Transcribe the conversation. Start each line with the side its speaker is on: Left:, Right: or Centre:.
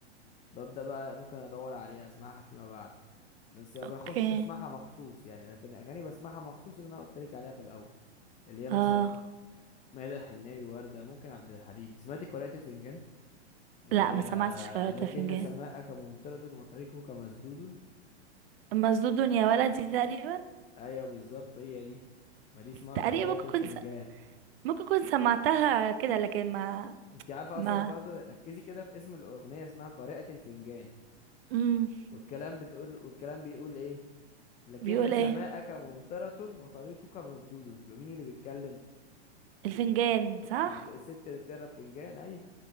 Left: ببدا بقى ممكن ادور عليها اسمعها فيما بعد بس ما بخش
Right: اوكي
Left: اسمعها مخصوص يعني لكن اغاني بسمعها مخصوص اللي انا قلت لك عليها في الاول اللي هي
Right: اه
Left: مثلا ميادة الحناوي وردة ممكن عبد الحليم سمعتي قارئة الفنجان اللي
Right: لا
Left: هي
Right: ما سمعتش قارئة
Left: لكن
Right: فنجان
Left: سماءك ممطرة وطريقك مسدود
Right: مسدود يا ولدي تقريبا
Left: ايوه بالظبط هي دي ما دي اسمها
Right: تقريبا
Left: قارئة
Right: ممكن
Left: الفنجان
Right: كنت ممكن كنت سمعتها كده لكن ما
Left: انت عارفة
Right: ما
Left: اصلا برضو ركزي كده في اسم الاغنية اسمها قارئة الفنجان
Right: امم
Left: والكلام بتقول والكلام بيقول ايه لكن
Right: بيقول
Left: سماءك
Right: ايه
Left: ممطرة وطريقك مسدود يبقى مين اللي بيتكلم
Right: الفنجان صح
Left: الب- الست اللي بتقرا فنجان ايوه